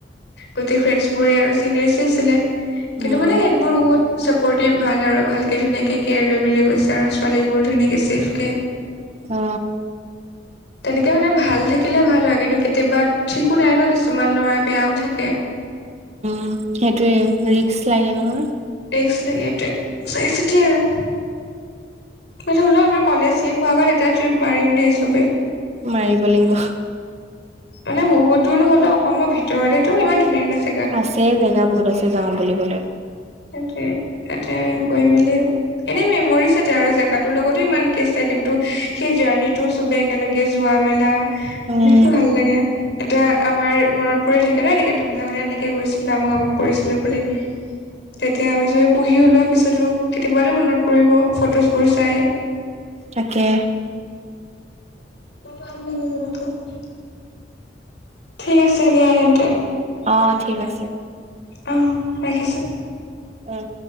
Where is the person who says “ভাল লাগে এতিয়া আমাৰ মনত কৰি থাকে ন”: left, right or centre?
Left